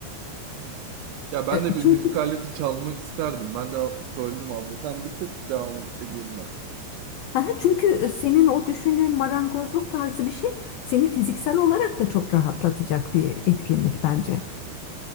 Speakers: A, on the right; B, on the left.
A: Hmm. Ya ben
B: E,
A: de bir
B: Çünkü
A: müzik aleti çalmak isterdim. Ben de böldüm abla. Sen bir tık devam edeyim ben.
B: <laughs> çünkü
A: Hı
B: senin o düşündüğün marangozluk tarzı bir şey seni fiziksel
A: hı.
B: olarak da çok rahatlatacak bir etkinlik bence.